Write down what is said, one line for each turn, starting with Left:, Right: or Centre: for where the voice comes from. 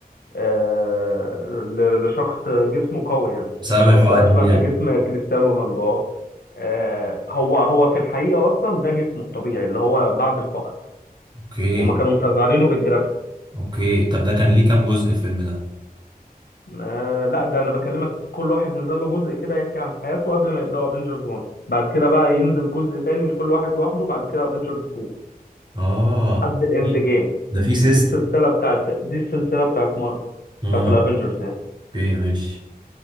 Left: آه... ل- لشخص جسمه قوي يعني
Right: بسبب
Left: شخص
Right: الحقن
Left: اشبه
Right: دي يعني
Left: بجسم كريستيانو رونالدو اه آه، هو هو في الحقيقه اصلا ده جسمه الطبيعي اللي هو بعد الحقن
Right: اوكي
Left: هما كانوا مصغرينه بالجرافيك
Right: اوكي طب ده كان ليه كام جزء الفيلم ده
Left: آه لا ده انا بكلمك كل واحد نزل له جزء كده يحكي عن حياته قبل ما يبداوا افنجرز 1 بعد كده بقى ينزل جزء تاني لكل واحد لوحده وبعد كده افنجرز 2
Right: اه
Left: لحد الاند
Right: في-
Left: جيم
Right: ده في سيستم
Left: دي السلسلة بتاعت دي السلسلة بتاعت مارفل
Right: اه
Left: بتاعت الافينجرز يعني
Right: اوكي ماشي